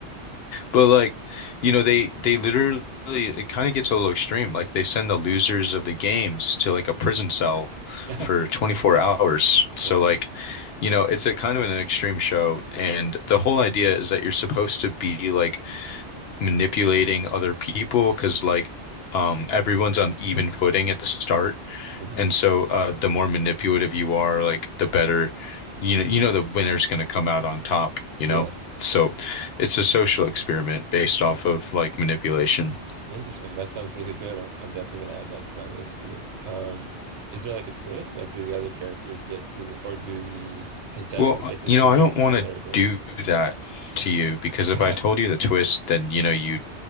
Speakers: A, on the left (about 65°); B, on the right (about 80°).
A: But like, you know, they they literally it kind of gets a little extreme. Like they send the losers of the games to like a prison cell
B: <laughs>
A: for 24 hours.
B: What?
A: So like, you know, it's a kind of an extreme show, and the whole idea is that you're supposed to be like manipulating other people because like um everyone's on even footing at the start.
B: hmm
A: And so uh the more manipulative you are, like the better you know you know the winner's gonna come out on top, you
B: Yeah.
A: know? So it's a social experiment based off of like manipulation.
B: Interesting. That sounds really good. I'm, I'm definitely gonna add that to my list too. Um, is there like a twist? Like, do the other characters get to, or do the contestants
A: Well, uh,
B: get to
A: you
B: see
A: know, I
B: what
A: don't
B: each
A: want
B: other
A: to
B: are doing?
A: do that to you because if
B: <laughs>
A: I told you the twist, then you know you'd